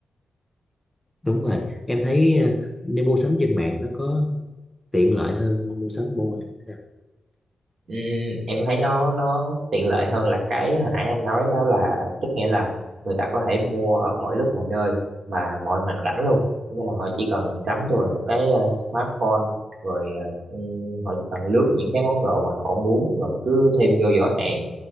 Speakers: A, in the centre; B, on the right.
A: đúng rồi em thấy ờ, nên mua sắm trên mạng nó có tiện lợi hơn mua sắm ở ngoài như thế nào
B: Ừm, em thấy nó nó tiện lợi hơn là cái hồi nãy anh nói đó là tức nghĩa là người ta có thể mua ở mọi lúc mọi nơi mà mọi hoàn cảnh luôn nên là họ chỉ cần sắm cho mình một cái ờ, smartphone rồi ờ, ừm, họ chỉ cần lướt những cái món đồ mà họ muốn rồi cứ thêm vô giỏ hàng